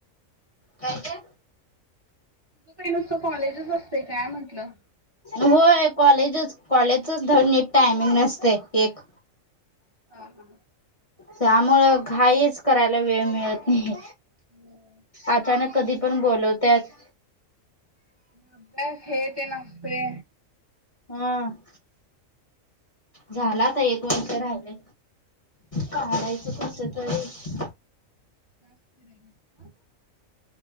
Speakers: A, on the left; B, on the right.
A: काय ते
B: तुझं काही नसतं कॉलेजच असते काय म्हटलं
A: होय कॉलेजच कॉलेजचच धड नीट टायमिंग नसते एक
B: ह हा
A: त्यामुळेळ घाईच करायला वेळ मिळत नाही
B: हम्
A: अचानक कधी पण बोलवतत
B: अभ्यास हे ते नसते
A: हम झाला तर एक वर्ष राहिलं काढायचं कस तररी
B: लास्र आहे का ह